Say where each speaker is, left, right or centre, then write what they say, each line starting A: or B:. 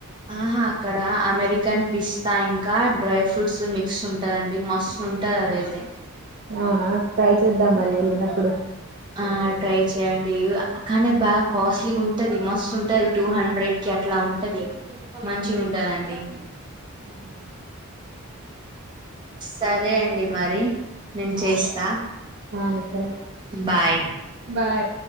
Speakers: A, on the right (about 20°); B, on the right (about 45°).
A: ఆహా అక్కడ అమెరికన్ పిస్తా ఇంక డ్రై ఫ్రూట్స్ మిక్స్ ఉంటదండి మస్తు ఉంటంది అది ఐతే
B: అవున ట్రై చేద్దాం మరి వెళ్ళినప్పుడు
A: ఆ ట్రై చెయండి కానీ అది బాగ కాస్ట్లీగ ఉంటది మ మస్తు ఉంటది టు హండ్రెడ్ కి అట్ల ఉంటది మంచి ఉంటందండి
B: అవున
A: సరే అండి మరి నేను చేస్త
B: ఆ అవును సరే
A: బాయ్
B: బాయ్